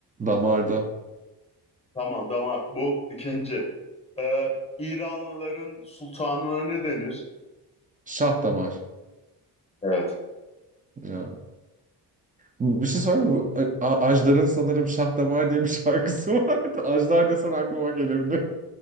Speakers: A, on the right; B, on the left.
A: <laughs> Damarda.
B: Tamam damar. Bu ikinci. Ee, İranlıların sultanına ne denir?
A: Şah damar.
B: Evet.
A: Ya. Bir şey söyleyeyim mi? A- Ajdar'ın sanırım Şah Damar diye bir şarkısı vardı. <laughs> Ajdar desen aklıma gelebilir.